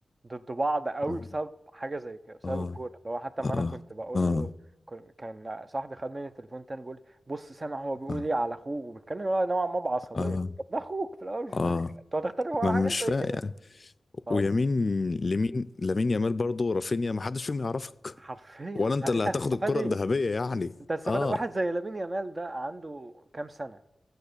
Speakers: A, on the right; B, on the left.
A: ضد بعض قوي
B: اه
A: بسبب حاجه زي كده بسبب
B: اه
A: الكوره اللي هو حتى ما
B: اه
A: انا كنت بقول
B: اه
A: له كن- كان صاحبي خد مني التليفون تاني بيقول لي بص سامع هو بيقول
B: اه
A: ايه على اخوه وبيتكلم هو نوعا ما بعصبيه
B: اه
A: طب ده اخوك في الاول وفي
B: اه
A: الاخر انتوا هتختلفوا
B: ما
A: على
B: مش
A: حاجه زي
B: فاهم
A: كده
B: يعني
A: طب
B: ويمين لمين لامين يامال برضه رافينيا ما حدش فيهم يعرفك
A: حرفيا
B: ولا
A: انت
B: انت
A: انت
B: اللي هتاخد
A: هتستفاد
B: الكرة
A: ايه؟
B: الذهبية يعني
A: انت هتستفاد
B: اه
A: واحد زي لامين يامال ده عنده كام سنه؟